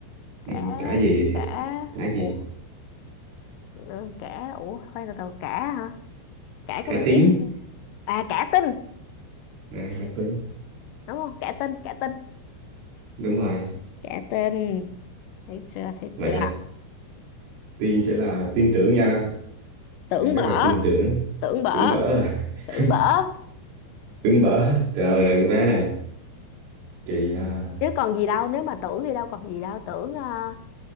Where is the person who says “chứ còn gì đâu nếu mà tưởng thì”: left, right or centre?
Left